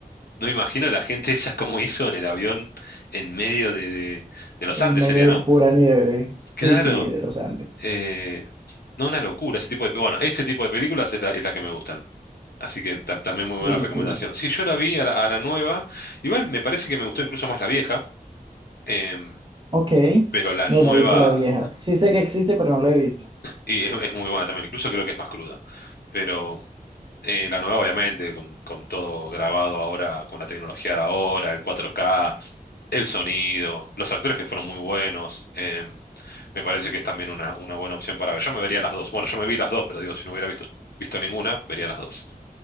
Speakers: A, on the left; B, on the right.
A: No imagino la gente esa cómo hizo en el avión en medio de, de- de los
B: en
A: Andes,
B: medio
A: sería,
B: de
A: ¿no?
B: pura nieve,
A: Claro,
B: sí, sí, de los Andes.
A: eh, no una locura, ese tipo de, bueno, ese tipo de películas es la, es la que me gustan. Así que tam- también muy buena
B: Sí,
A: recomendación.
B: sí,
A: Sí, yo la vi a la, a la nueva, igual me parece que me gustó incluso más la vieja, em,
B: Ok,
A: pero la
B: no,
A: nueva
B: no he visto la vieja. Sí sé que existe, pero no la he visto.
A: y es, es muy buena también, incluso creo que es más cruda. Pero Eh, la nueva, obviamente, con, con todo grabado ahora, con la tecnología de ahora, el 4K, el sonido, los actores que fueron muy buenos. eh, me parece que es también una, una buena opción para ver. Yo me vería las dos. Bueno, yo me vi las dos, pero digo, si no hubiera visto, visto ninguna, vería las dos.